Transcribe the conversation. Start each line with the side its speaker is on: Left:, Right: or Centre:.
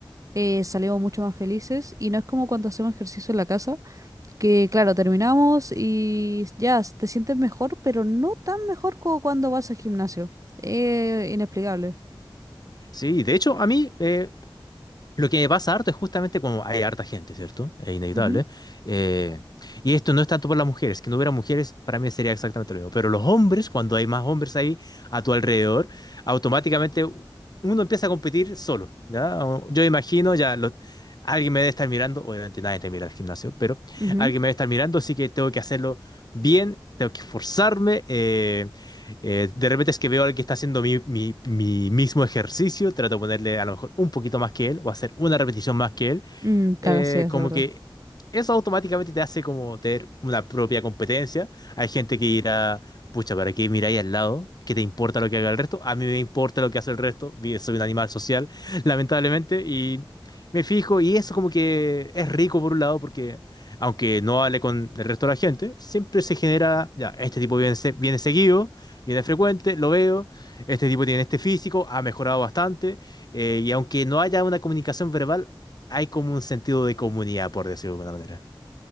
Right: eh, salimos mucho más felices y no es como cuando hacemos ejercicio en la casa, que claro, terminamos y ya, te sientes mejor, pero no tan mejor como cuando vas al gimnasio. Eh, inexplicable.
Left: Sí, de hecho, a mí, eh, Lo que me pasa harto es justamente como hay harta gente, ¿cierto? Es inevitable.
Right: Ujú,
Left: eh, y esto no es tanto por las mujeres, que no hubiera mujeres para mí sería exactamente lo mismo. Pero los hombres, cuando hay más hombres ahí a tu alrededor, automáticamente uno empieza a competir solo, ¿ya? O- Yo imagino, ya lo- alguien me debe estar mirando, obviamente nadie te mira al gimnasio, pero
Right: ujú.
Left: alguien me debe estar mirando, así que tengo que hacerlo bien, tengo que esforzarme. eh, eh, de repente es que veo al que está haciendo mi, mi- mi mismo ejercicio, trato de ponerle a lo mejor un poquito más que él o hacer una repetición más que él
Right: Mm, claro,
Left: eh,
Right: sí, eso
Left: como
Right: es verdad.
Left: que eso automáticamente te hace como tener una propia competencia. Hay gente que irá, pucha, ¿para qué miráis al lado? ¿Qué te importa lo que haga el resto? A mí me importa lo que hace el resto. vi- Soy un animal social, <laughs> lamentablemente, y me fijo, y eso como que es rico por un lado, porque aunque no hable con el resto de la gente, siempre se genera, ya, este tipo viene, se- viene seguido, viene frecuente, lo veo, este tipo tiene este físico, ha mejorado bastante, eh, y aunque no haya una comunicación verbal, hay como un sentido de comunidad, por decirlo de alguna manera.